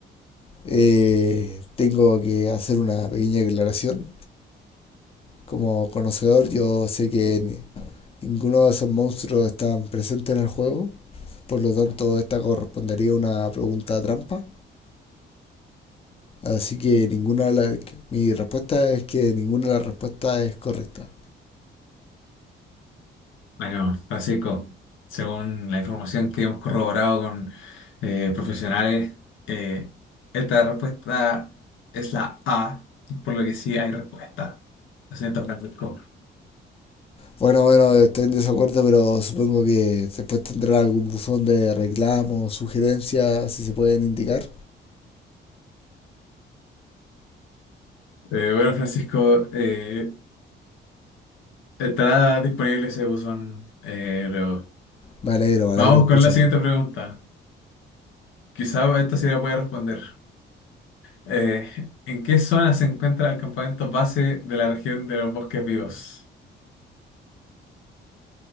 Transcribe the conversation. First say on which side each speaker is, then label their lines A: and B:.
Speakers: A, on the left; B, on the left.
A: Eh, tengo que hacer una pequeña declaración. Como conocedor, yo sé que ni- ninguno de esos monstruos están presentes en el juego. Por lo tanto, esta correspondería a una pregunta trampa. Así que ninguna de las... Mi respuesta es que ninguna de las respuestas es correcta.
B: Bueno, Francisco, según la información que hemos corroborado con eh, profesionales, eh, esta respuesta es la A, por lo que sí hay respuesta. Lo siento, Francisco.
A: Bueno, bueno, estoy en desacuerdo, pero supongo que después tendrá algún buzón de reclamos, sugerencias, si se pueden indicar.
B: Eh, bueno, Francisco, eh, estará disponible ese buzón eh, luego.
A: Me alegro, me alegro
B: Vamos
A: de
B: con
A: escucharlo.
B: la siguiente pregunta. Quizá esta sí la puede responder. Eh, ¿en qué zona se encuentra el campamento base de la región de los bosques vivos?